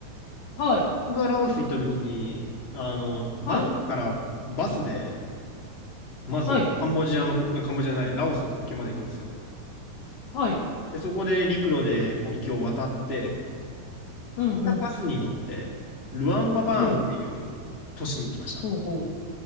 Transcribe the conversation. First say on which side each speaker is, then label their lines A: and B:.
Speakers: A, on the left (about 65°); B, on the left (about 40°).
A: はい。
B: 僕がラオス行った時に、あの、バンコクからバスで、
A: はい。
B: まずカンボジアの、
A: はい。
B: カンボジアじゃない、ラオスの国境まで行くんですよ。
A: はい。
B: で、そこで陸路で国境を渡って、
A: うんうん。
B: またバスに乗って、ルアンパパーンっていう都市に行きました。
A: ほう。ほうほう。